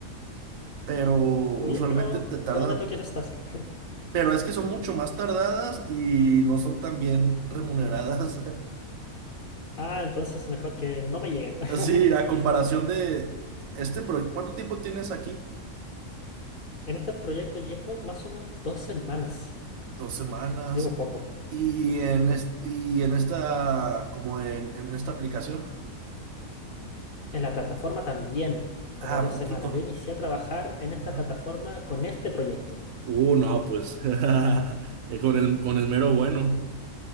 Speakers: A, on the right (about 75°); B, on the left (about 50°).
A: pero usualmente
B: Uy, espero,
A: te tarda,
B: espero me toque esos tasks. <laughs>
A: pero es que son mucho más tardadas y no son tan bien remuneradas. <laughs>
B: Ah, entonces mejor que no me lleguen.
A: Sí,
B: <laughs>
A: a comparación de este proyecto, ¿cuánto tiempo tienes aquí?
B: En este proyecto llevo más o menos dos semanas.
A: Dos semanas.
B: Llevo poco.
A: Y en, est- y en esta, como en, en esta aplicación.
B: En la plataforma también, como
A: Ah,
B: dos
A: poquito.
B: semanas. Yo inicié a trabajar en esta
A: Ajá.
B: plataforma con este proyecto.
A: Uh, no, pues <laughs> eh, con el, con el mero bueno.